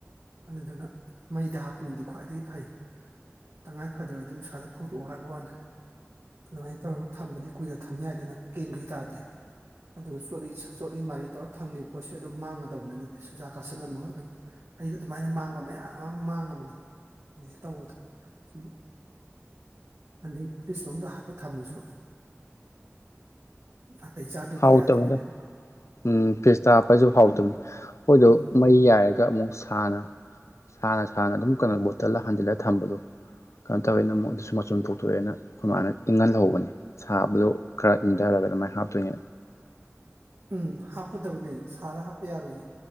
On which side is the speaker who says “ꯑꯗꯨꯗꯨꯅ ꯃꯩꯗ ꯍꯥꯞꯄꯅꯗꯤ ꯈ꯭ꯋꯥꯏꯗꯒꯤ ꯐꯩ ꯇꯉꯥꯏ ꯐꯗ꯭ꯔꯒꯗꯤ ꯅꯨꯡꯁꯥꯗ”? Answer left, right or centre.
Right